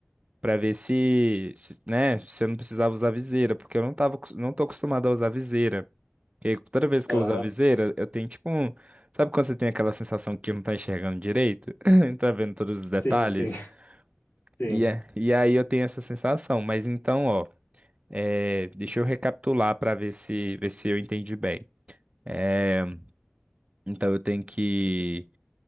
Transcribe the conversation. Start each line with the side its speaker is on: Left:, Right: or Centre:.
Right: pra ver se, se, né, se eu não precisava usar viseira, porque eu não tava, acos- não tô acostumado a usar viseira. E toda vez que
Left: Aham.
Right: eu uso a viseira, eu tenho tipo um. Sabe quando você tem aquela sensação que não tá enxergando direito? <laughs> Não tá vendo todos os detalhes?
Left: Sim, sim, <laughs> sim,
Right: E, é- e aí eu tenho essa sensação. Mas então, ó, é, deixa eu recapitular para ver se, ver se eu entendi bem. É, então eu tenho que